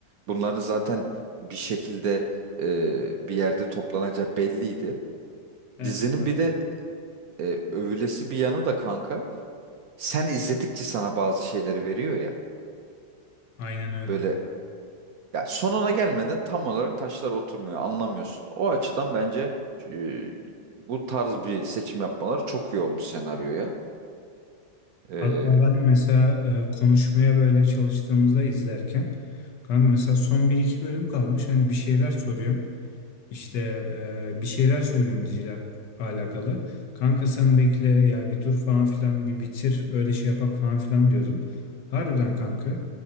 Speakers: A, on the right; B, on the left.
A: Bunların zaten bir şekilde e, bir yerde toplanacağı belliydi.
B: Evet.
A: Dizinin
B: Aynen
A: bir de e, övülesi bir yanı da kanka. Sen izledikçe sana bazı şeyleri veriyor ya.
B: Aynen öyle.
A: Böyle ya sonuna gelmeden tam olarak taşlar oturmuyor, anlamıyorsun. O açıdan bence e, bu tarz bir seçim yapmaları çok iyi olmuş senaryoya. E,
B: Hatta ben mesela e, konuşmaya böyle çalıştığımızda izlerken kanka mesela son bir iki bölüm kalmış. Hani bir şeyler soruyorum. İşte e, bir şeyler söylüyorum diziyle ak- alakalı. Kanka sen bekle ya bir dur falan filan bir bitir öyle şey yapak falan filan diyordun. Harbiden kanka.